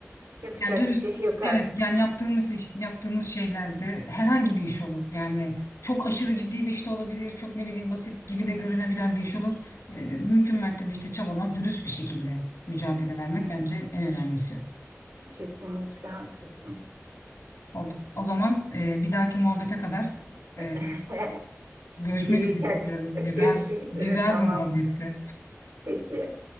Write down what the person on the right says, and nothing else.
yapacak
bir şey <laughs> yok artık.
Hı,
kesinlikle haklısın.
<laughs>
E,
kendi
e,
görüşmek üzere.
Tamam.
Peki.